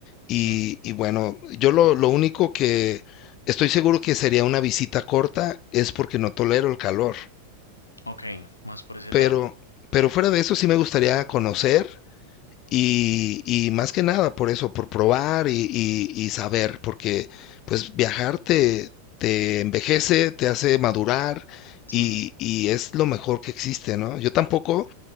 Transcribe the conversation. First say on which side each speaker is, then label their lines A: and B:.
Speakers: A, on the left; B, on the left.
A: Y,
B: Sí.
A: y bueno, yo lo, lo único que estoy seguro que sería una visita corta es porque no tolero el calor.
B: Ok, más por ese
A: Pero,
B: lado.
A: pero fuera de eso sí me gustaría conocer. Y, y más que nada por eso, por probar y, y- y saber, porque pues viajar te, te envejece, te hace madurar
B: Sí,
A: y, y es lo mejor que existe, ¿no? Yo tampoco